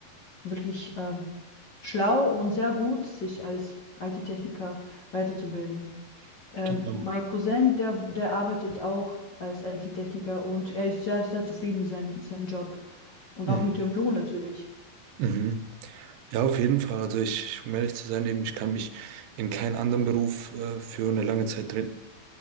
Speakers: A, on the left (about 40°); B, on the right (about 80°).
A: wirklich ähm, schlau und sehr gut, sich als IT-Techniker weiterzubilden. Ähm,
B: Genau.
A: mein Cousin, der, der arbeitet auch als IT-Techniker und er ist sehr, sehr zufrieden mit seinem seinem Job und
B: Mhm.
A: auch mit dem Lohn natürlich.
B: Mhm. Ja, auf jeden Fall. Also ich, um ehrlich zu sein, eben, ich kann mich in keinen anderen Beruf äh, für eine lange Zeit drin-